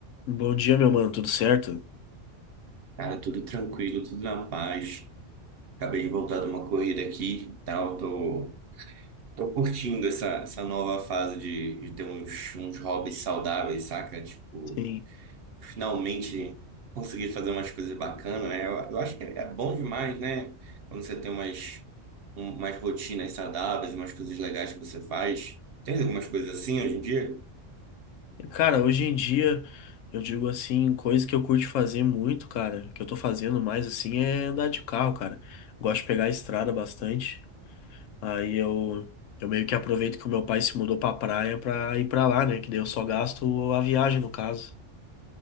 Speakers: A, on the left (about 80°); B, on the right (about 60°).
A: Bom dia, meu mano, tudo certo?
B: Cara, tudo tranquilo, tudo na paz. Acabei de voltar de uma corrida aqui, tal. Tô, tô curtindo essa, essa nova fase de, de ter uns, uns hobbies saudáveis, saca? Tipo,
A: Sim.
B: finalmente conseguir fazer umas coisas bacanas, né? Eu, eu acho que é, é bom demais, né? Quando você tem umas, um- umas rotinas saudáveis, umas coisas legais que você faz. Tem algumas coisas assim hoje em dia?
A: Cara, hoje em dia, eu digo assim, coisa que eu curto fazer muito, cara, que eu tô fazendo mais assim é andar de carro, cara. Gosto de pegar a estrada bastante. Aí eu, eu meio que aproveito que o meu pai se mudou pra praia pra ir pra lá, né? Que daí eu só gasto a viagem, no caso.